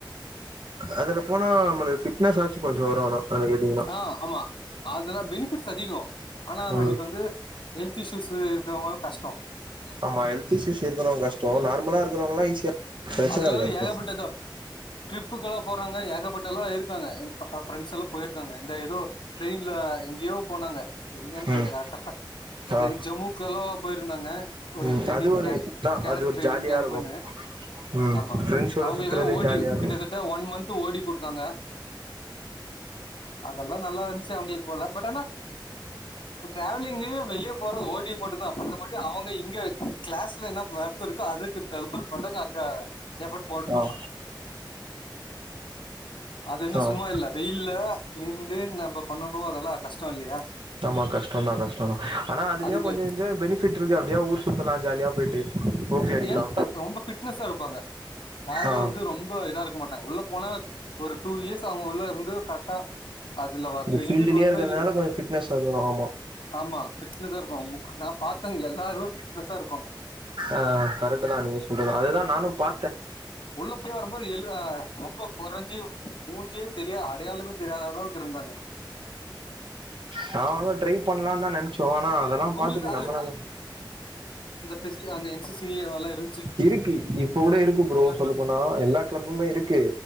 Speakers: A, on the right; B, on the left.
A: அதுல போனா நம்மளு ஃபிட்னஸ்சாச்சு கொஞ்ச வரு ஆனா அதுல கேட்டீங்கன்னா
B: ஆஹ் ஆமா அதல்லா பெனிஃபிட்ஸ் அதிகோ ஆனா
A: ம்
B: நம்மளுக்கு வந்து ஹெல்த் இஷ்யூஸ் இருக்கறவங்க கஷ்டோ
A: ஆமா ஹெல்த் இஷ்யூஸ் இருக்கறவங்க கஷ்டோ நார்மலா இருக்கறவங்கெல்லா ஈஸியா பிரச்சன
B: அதுலஅதுல
A: இருக்காது
B: ஏகபட்டதொ கிப் ப்புகெல்லா போறாங்க ஏகப்பட்ட எல்லா இருக்காங்க ஃப்ரண்ட்ஸ் எல்லா போயிருக்காங்க இந்த ஏதோ டிரெயின்ல எங்யோ தொ போனாங்க எங்கன்னு தெரில
A: ம்
B: கரெக்டா இந்த
A: ஆ
B: ஜம்முக்கலவா போயிருந்தாங்க ஒரு
A: ம்
B: ட்ரைனிங்
A: அது ஒரு
B: கே
A: இதா
B: கேடக்
A: அது ஒரு
B: ட்ரைனிங்
A: ஜாலியா
B: கேம்புன்னு
A: இருக்கு ம்
B: ஆமா
A: ஃப்ரெண்ட்ஸோட
B: அவுங்க
A: சுத்துறது
B: இதெல்லா ஓடி
A: ஜாலியா இருக்கு
B: கிட்டதட்ட ஒன் மந்த் ஓடி கொடுத்தாங்க அதல்லா நல்லா இருன்சு அவுங்ளுக்கு போல பட் ஆனா டிராவலிங்கு வெளிய போறது ஓட்டிங் மட்டுதா மத்தபடி அ இங்க இங்க க்ளாஸ்ல என்ன வொர்க் இருக்கோ அதுக்கு டபுள் மடங்கு அங்க எஃபர்ட் போட்ணு
A: ஆ
B: அது இன்னு சும்மா
A: ஆ
B: இல்ல வெயில்ல நிண்டு நம்ம பண்ணனு அதெல்லா கஷ்டோ இல்லையா
A: ஆமா கஷ்டோதா கஷ்டோதா ஆனா அதுலயு
B: அதுக்கு
A: கொஞ்சஞ்சோ பெனிஃபிட் இருக்கு அப்டே ஊர் சுத்தலா ஜாலியா போயிட்டு ஓகே அடிக்கலா
B: ஹெல்த் ரொம்ப ஃபிட்னஸ்சா இருப்பாங்க யாரு
A: ஆ
B: வந்து ரொம்ப இதாருக்க மாட்டாங்க உள்ள போனா ஒரு டூ இயர்ஸ் அவுங்க உள்ள இருந்து கரட்டா அதுல வ
A: இந்த
B: பெனிஃபிட்
A: ஃபீல்டுலயே
B: வர்தோ
A: இருக்கறதுனால
B: இல்லயோ
A: கொஞ்ச ஃபிட்னஸ் வந்துரு ஆமா
B: ஆமா ஃபிட்னஸா இருக்கு நா பாத்த எல்லாரு ஃபிட்னஸா இருப்பாங்க
A: அஹ் கரெக்ட்டு தா நீங்க சொல்றது அதுக்குதா நானு பா
B: உள்ள போய் வருபோது எழு ரொம்ப கொறஞ்சி மூஞ்சே தெரி அடையாளமே தெரியாத அளவுக்கு இருந்தாங்க
A: நா ட்ரை பண்ணலா தா நென்ச்சோ ஆனா அதெல்லா பாத்துட்டு
B: உங்களுக்கு
A: நம்பளால்ல
B: வெசிலி அந்த என்சிசி அதெல்லா இருந்
A: இருக்கு இப்ப கூட இருக்கு ப்ரோ சொல்ல போனா எல்லா கிளப்புமே இருக்கு